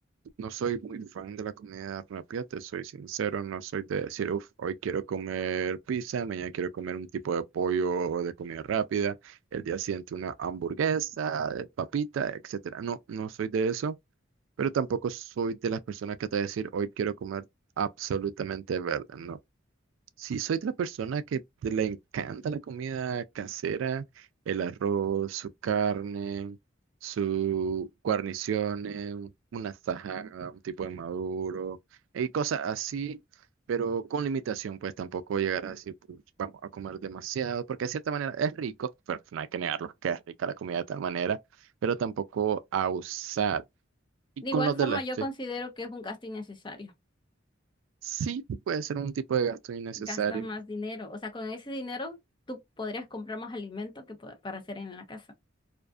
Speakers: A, on the right (about 75°); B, on the left (about 25°).
A: no soy muy fan de la comida rápida, te soy sincero, no soy de decir, uff, hoy quiero comer pizza, mañana quiero comer un tipo de pollo o de comida rápida, el día siguiente una hamburguesa, de papita, etcétera. No, no soy de eso. pero tampoco soy de las personas que te va a decir, hoy quiero comer absolutamente verde, no. Sí soy de la persona que te- le encanta la comida casera, el arroz, su carne, su guarniciones, una tajada, un tipo de maduro, y cosas así, pero con limitación, pues tampoco llegar a decir, "Puch, vamos a comer demasiado, porque de cierta manera es rico, pero no hay que negarlo, que es rica la comida de tal manera, pero tampoco a usar. Y
B: de
A: con
B: igual
A: los
B: forma,
A: de la,
B: yo
A: sí.
B: considero que es un gasto innecesario.
A: Sí, puede ser un tipo de gasto innecesario.
B: gastas más dinero. O sea, con ese dinero tú podrías comprar más alimento que po- para hacer en la casa.